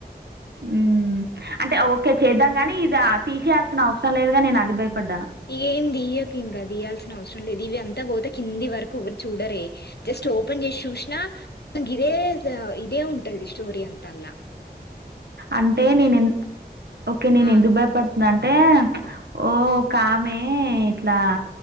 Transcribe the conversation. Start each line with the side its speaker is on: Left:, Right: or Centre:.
Right: ఉ అంటే ఓకే చేద్దాం గానీ ఇది తీసేయాల్సిన అవసరం లేదుగా నేను అది భయపడ్డా
Left: ఏంది ఇంకా తీయాల్సిన అవసరం లేదు ఇవి అంతా పోతే కింది వరకు ఎవరు చూడరే జస్ట్ ఓపెన్ చేసి చూసినా ఇదే ఇదే ఉంటది స్టోరి అంతలా
Right: అంటే నేను ఎంద్-ఓకే నేను
Left: ఆ
Right: ఎందుకు భయపడుతున్నా అంటే ఓ కామె ఇట్లా